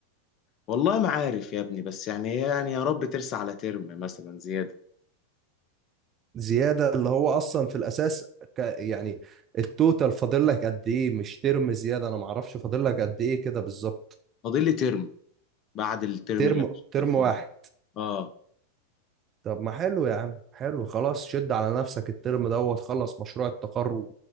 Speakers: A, on the left (about 35°); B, on the right (about 30°).
A: والله ما عارف يا ابني بس يعني يعني يا رب ترسى على ترم مثلا زيادة
B: زيادة اللي هو اصلا في الاساس ك... يعني التوتال فاضل لك قد ايه مش ترم زيادة انا ما اعرفش فاضل لك قد ايه كده بالظبط
A: فاضل لي ترم بعد الترم
B: ترم
A: اللي انا شغال
B: ترم
A: فيه
B: واحد
A: ده اه
B: طب ما حلو يا عم حلو خلاص شد على نفسك الترم دوت خلص مشروع التخرج